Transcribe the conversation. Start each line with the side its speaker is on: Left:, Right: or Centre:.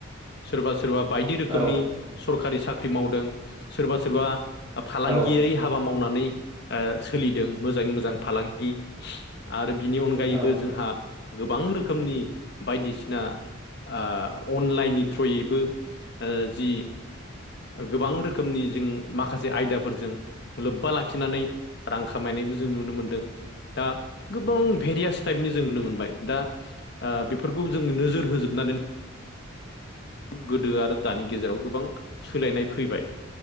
Left: सोरबा सोरबा बायदि रोखोमनि
Right: औ
Left: सरकारि साख्रि मावदों सोरबा सोरबा फालांगि
Right: औ
Left: हाबा मावनानै सोलिदों मोजाङै मोजां फालांगि आरो बिनि अनगायैबो
Right: औ
Left: जोंहा गोबां रोखोमनि बायदिसिना ओ अनलाइननि थ्रुयैबो ओ जि गोबां रोखोमनि जों माखासे आयदाफोरजों लोब्बा लाखिनानै रां खामायनायबो जों नुनो मोन्दों दा गोबां भेरियास टाइपनि जों नुनो मोनबाय दा बेफोरखौ जों नोजोर होजोबनानै गोदो आरो दानि गेजेराव गोबां सोलायनाय फैबाय।